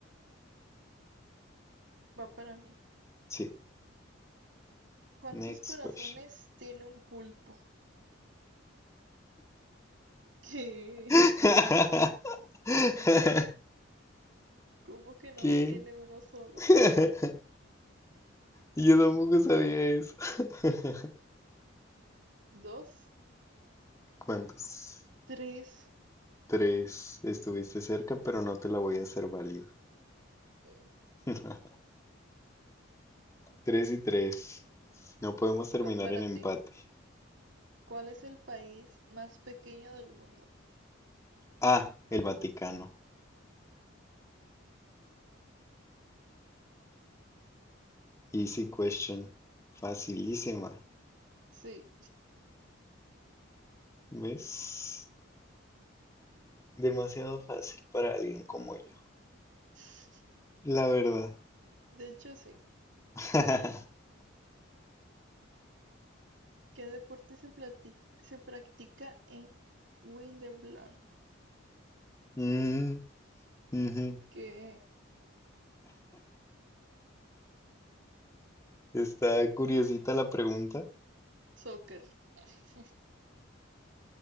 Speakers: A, on the right; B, on the left.
A: Va para mí.
B: Sí,
A: ¿Cuántos
B: next
A: corazones
B: question.
A: tiene un pulpo? <laughs> ¿Qué?
B: <laughs>
A: ¿Cómo que no
B: ¿Qué?
A: tiene uno solo?
B: <laughs> Yo tampoco sabía eso. <laughs>
A: ¿Dos?
B: ¿Cuántos?
A: ¿Tres?
B: Tres. Estuviste cerca, pero no te la voy a hacer válida.
A: Mm,
B: <laughs> Tres y tres. No podemos terminar
A: Va para
B: en empate.
A: ti. ¿Cuál es el país más pequeño del mundo?
B: Ah, el Vaticano. Easy question. Facilísima.
A: Sí.
B: ¿Ves? Demasiado fácil para alguien como yo.
A: <laughs>
B: La verdad.
A: De hecho, sí.
B: <laughs>
A: ¿Qué deporte se, plati- se practica en Wimbledon?
B: Mm, ujú.
A: ¿Qué?
B: Está curiosita la pregunta.
A: Soccer. <laughs>